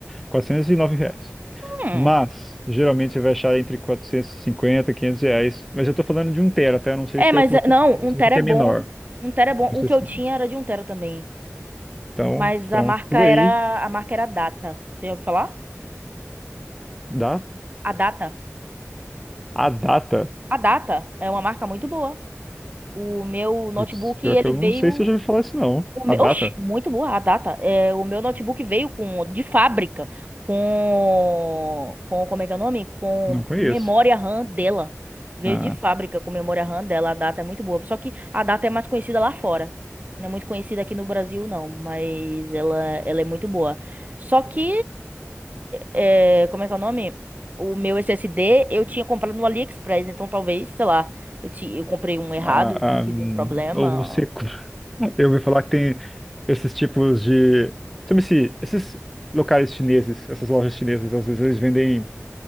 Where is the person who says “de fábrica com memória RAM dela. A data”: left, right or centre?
Right